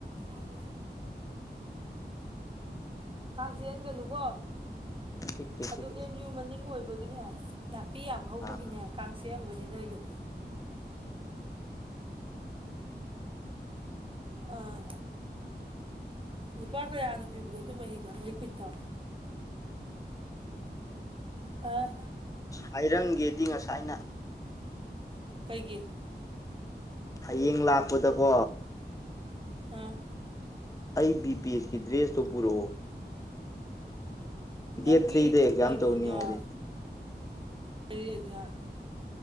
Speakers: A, on the right (about 30°); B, on the left (about 20°).
A: ꯑꯣ ꯀꯥꯡ ꯆꯤꯛ ꯍꯟꯒꯅꯨ ꯀꯣ
B: ꯁꯤꯛꯇꯦ
A: ꯑꯗꯨ
B: ꯁꯤꯛ
A: ꯑꯦꯝ ꯌꯨ ꯃꯅꯤꯡ ꯑꯣꯏꯕꯒꯤꯅꯦ ꯅꯥꯄꯤ ꯌꯥꯝ ꯍꯧꯕꯒꯤꯅꯦ
B: ꯑꯥ
A: ꯀꯥꯡ ꯆꯤꯛ ꯑꯝꯒꯅꯤ ꯅꯣꯏꯗꯨ ꯑꯥ ꯂꯨꯄꯥ ꯀꯌꯥꯅꯣ ꯄꯤꯕꯗꯣ ꯑꯗꯨ ꯃꯍꯤꯗꯣ ꯂꯤꯀꯨꯋꯤꯠꯇꯣ ꯑꯥ
B: ꯍꯥꯏꯔꯪꯒꯦꯗꯤ ꯉꯁꯥꯏꯅ
A: ꯀꯩꯒꯤ
B: ꯍꯌꯦꯡ ꯂꯥꯛꯄꯗ ꯀꯣ
A: ꯑꯥ
B: ꯑꯩ ꯕꯤ ꯄꯤ ꯑꯦꯁꯀꯤ ꯗ꯭ꯔꯦꯁꯇꯣ ꯄꯨꯔꯛ ꯑꯣ
A: ꯅꯪꯒꯤ
B: ꯗꯦꯠ ꯊ꯭ꯔꯤꯗ ꯑꯦꯛꯖꯥꯝ
A: ꯀꯩꯅꯣꯗꯣ
B: ꯇꯧꯅꯤ ꯍꯥꯏꯔꯛꯑꯦ
A: ꯀꯔꯤ ꯑꯦꯛꯖꯥꯝ